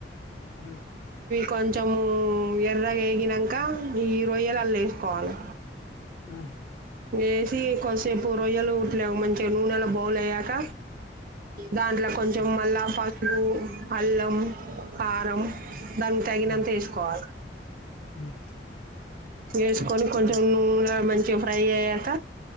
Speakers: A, on the left; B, on the right.
A: ఉమ్
B: కొంచెము ఎర్రగా ఎగినంక ఈ రొయ్యలు అల్లా ఎసుకోవాలి.
A: హ్మ్
B: ఏసి కొంచెంసేపు రోయ్యలు ఉట్లే మంచిగా నూనెలో బౌల్ అయ్యాక దాంట్ల కొంచెం
A: హ్మ్.
B: మళ్ళా పసుపు అల్లం కారం దానికి తగినంత
A: హ్మ్.
B: ఎసుకోవాలి.
A: హ్మ్.
B: ఏసుకొని కొంచెం
A: ఆ!
B: నూనె మంచిగా ఫ్రై అయ్యాక